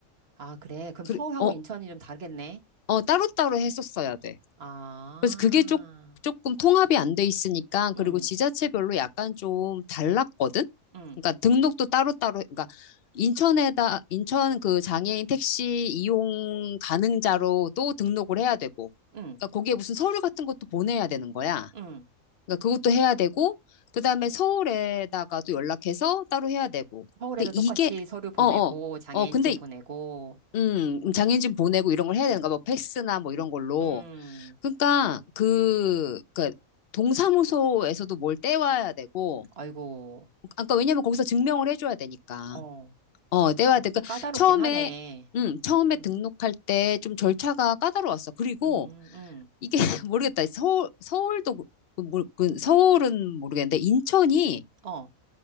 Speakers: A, on the right; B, on the left.
A: 아, 그래. 그럼
B: 그,
A: 서울하고
B: 어,
A: 인천이 좀 다르겠네.
B: 어, 따로따로 했었어야 돼.
A: 아,
B: 그래서 그게 조, 조금 통합이 안 돼 있으니까,
A: 응,
B: 그리고 지자체별로 약간 좀 달랐거든?
A: 응, 응,
B: 그러니까 등록도 따로따로, 그러니까 인천에다, 인천 그 장애인 택시 이용 가능자로도 등록을 해야 되고,
A: 응,
B: 그러니까 거기에 무슨 서류 같은 것도 보내야 되는 거야.
A: 응.
B: 그러니까 그것도 해야 되고, 그 다음에 서울에다가도 연락해서 따로 해야 되고.
A: 서울에도
B: 근데
A: 똑같이
B: 이게,
A: 서류 보내고,
B: 어, 어,
A: 장애인증
B: 어, 근데,
A: 보내고,
B: 음, 장애인 증 보내고 이런 걸 해야 되는가, 뭐 팩스나 뭐 이런 걸로.
A: 음,
B: 그러니까 그, 그 동사무소에서도 뭘 떼와야 되고,
A: 아이고,
B: 아까 왜냐면 거기서 증명을 해줘야 되니까.
A: 어,
B: 어, 떼와야 돼. 그러니까
A: 좀 까다롭긴
B: 처음에,
A: 하네.
B: 음, 처음에
A: 음,
B: 등록할 때 좀 절차가 까다로웠어. 그리고
A: 음, 음,
B: 이게 <laughs> 모르겠다. 서울, 서울도 그- 그 모르- 그 서울은 모르겠는데 인천이
A: 어.